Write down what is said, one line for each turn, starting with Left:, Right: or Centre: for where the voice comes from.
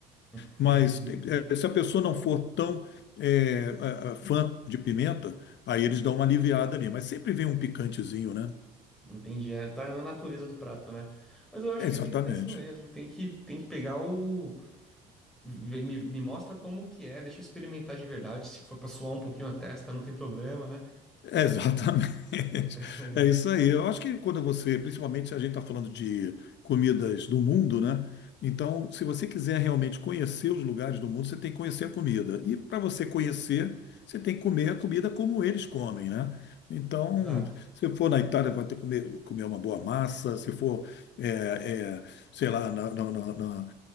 Centre: Entendi,
Left: Mas
Centre: entendi.
Left: eh, se a pessoa não for tão eh, a- a- fã de pimenta, aí eles dão uma aliviada ali. Mas sempre vem um picantezinho, né?
Centre: Entendi, é, tá na natureza do prato, né? Mas eu acho
Left: É,
Centre: que
Left: exatamente.
Centre: tem que ser assim mesmo, tem que, tem que pegar o... vê- Me, me mostra como que é, deixa eu experimentar de verdade, se for pra suar um pouquinho a testa, não tem problema, né?
Left: É, Exatamente. <laughs>
Centre: <laughs>
Left: É isso aí. Eu acho que quando você, principalmente a gente está falando de comidas do mundo, né? Então, se você quiser realmente conhecer os lugares do mundo, você tem que conhecer a comida. E para você conhecer, você tem que comer a comida como eles comem, né? Então,
Centre: Exato.
Left: se for na Itália, vai ter que comer, comer uma boa massa. Se for, é, é, sei lá, na, na, na, na-